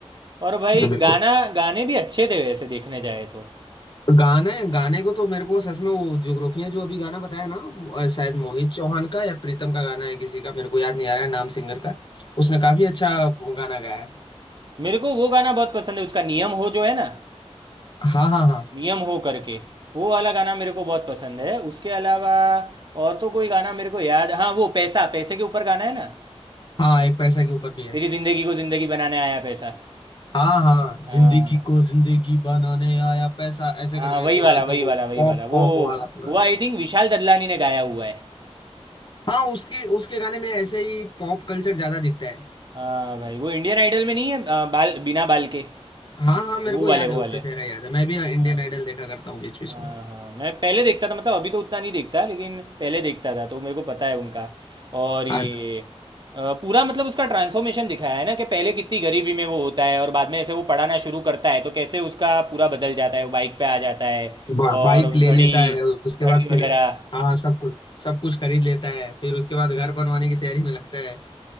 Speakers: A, on the right (about 45°); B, on the left (about 45°).
A: और भाई
B: बिल्कुल
A: गाना गाने भी अच्छे थे वैसे देखने जाए तो
B: गाना गाने को तो मेरे को सच में वो जोग्राफिया जो अभी गाना बताया ना अ, शायद मोहित चौहान का या प्रीतम का गाना है किसी का मेरे को याद नहीं आ रहा है नाम सिंगर का उसने काफी अच्छा गाना गाया है
A: मेरे को वो गाना बहुत पसंद है उसका नियम हो जो है ना
B: हाँ हाँ हाँ
A: नियम हो करके वो वाला गाना मेरे को बहुत पसंद है उसके अलावा और तो कोई गाना मेरे को याद हाँ वो पैसा पैसे के ऊपर गाना है ना
B: हाँ एक पैसा के ऊपर भी है
A: तेरी जिंदगी को जिंदगी बनाने आया पैसा
B: हाँ हाँ
A: हाँ
B: जिंदगी को जिंदगी बनाने आया पैसा ऐसे
A: हाँ
B: करके
A: वही
B: पूरा
A: वाला
B: एकदम
A: वही वाला
B: वो
A: वही
B: पॉप
A: वाला वो
B: पॉप वाला पूरा
A: वो आई थिंक विशाल ददलानी ने गाया हुआ है
B: हाँ उसकी उसके गाने में ऐसे ही पॉप कल्चर ज्यादा दिखता है
A: हाँ भाई वो इंडियन आइडल में नहीं है आ, बाल बिना बाल के
B: हाँ हाँ मेरे
A: वो
B: को
A: वाले
B: याद है
A: वो
B: उसका
A: वाले
B: चेहरा याद है मैं भी
A: हाँ
B: इंडियन आइडल देखा करता हूँ बीच बीच
A: हाँ
B: में
A: हाँ मैं पहले देखता था मतलब अभी तो उतना नहीं देखता लेकिन पहले देखता था तो मेरे को पता है उनका और ये
B: हाँ,
A: अ, पूरा मतलब उसका ट्रांसफॉर्मेशन दिखाया है ना कि पहले कितनी गरीबी में वो होता है और बाद में ऐसे वो पढ़ाना शुरू करता है तो कैसे उसका पूरा बदल जाता है वो बाइक पे आ जाता है
B: बा,
A: और
B: बाइक ले
A: घड़ी
B: लेता है उसके
A: घड़ी
B: बाद
A: वगैरह
B: फिर हाँ सब कुछ सब कुछ खरीद लेता है फिर उसके बाद घर बनवाने की तैयारी में लगता है